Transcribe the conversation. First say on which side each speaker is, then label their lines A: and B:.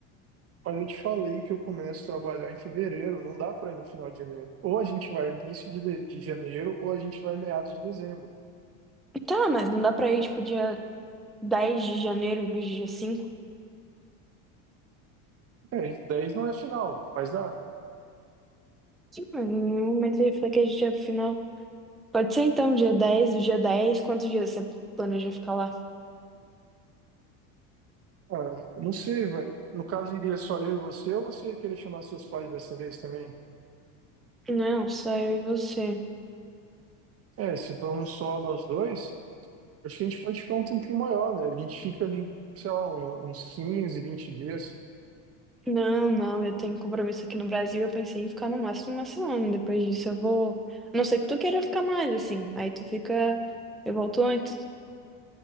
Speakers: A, on the right; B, in the centre.
A: Mas eu te falei que eu começo a trabalhar em fevereiro, não dá para ir no final de janeiro. Ou a gente vai início de, de de janeiro, ou a gente vai meados de dezembro.
B: Tá, mas não dá pra ir, tipo, dia dez de janeiro em vez de dia 5?
A: É, 10 10 não é final, mas dá.
B: Sim, mas em nenhum momento eu falei que a gente ia pro final. Pode ser então, dia 10? do dia 10, quantos dias você planeja ficar lá?
A: Ah, não sei, vai. No caso, iria só eu e você, ou você ia querer chamar seus pais dessa vez também?
B: Não, só eu e você.
A: É, se formos só nós dois, acho que a gente pode ficar um tempinho maior, né? A gente fica ali, sei lá, um- uns 15 20 dias.
B: Não, não, eu tenho compromisso aqui no Brasil. Eu pensei em ficar no máximo uma semana. Depois disso eu vou. A não ser que tu queira ficar mais, assim. Aí tu fica. Eu volto antes.